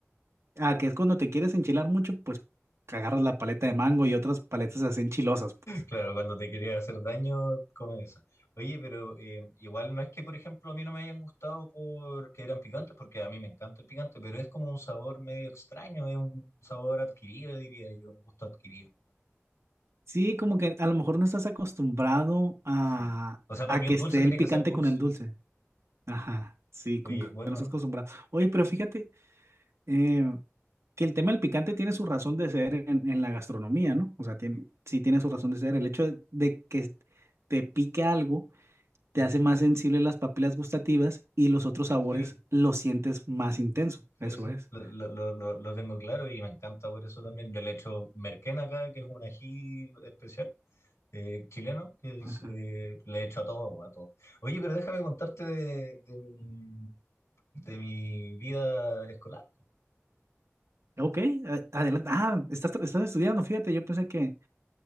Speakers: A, on the right (about 65°); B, on the left (about 70°).
A: Ah, que es cuando te quieres enchilar mucho, pues agarras la paleta de mango y otras paletas se hacen chilosas, pues.
B: Claro, cuando te quería hacer daño, come esa. Oye, pero eh, igual no es que, por ejemplo, a mí no me hayan gustado porque eran picantes, porque a mí me encanta el picante, pero es como un sabor medio extraño, es un sabor adquirido, diría yo, un gusto adquirido.
A: Sí, como que a lo mejor no estás acostumbrado a,
B: Sí. O sea, para
A: a
B: mí
A: que
B: un
A: esté
B: dulce tiene
A: el picante
B: que ser dulce.
A: con el dulce. Ajá, sí, como
B: Oye,
A: que
B: bueno,
A: no estás acostumbrado. Oye, pero fíjate eh, que el tema del picante tiene su razón de ser en, en la gastronomía, ¿no? O sea, tiene,
B: mm,
A: sí tiene su razón de ser. El hecho de, de que te pique algo te
B: ujú,
A: hace más sensible las papilas gustativas y los otros sabores
B: sí,
A: los sientes más intenso.
B: sí,
A: Eso
B: sí,
A: es.
B: lo, lo- lo- lo- lo tengo claro y me encanta por eso también. Yo le echo merquén acá, que es un ají especial. eh, chileno que es,
A: Ajá.
B: eh, le he hecho a todo, a todo. Oye, pero déjame contarte de, de mi, de mi vida escolar.
A: Ok, adelante. Ah, estás, estás estudiando, fíjate, yo pensé que,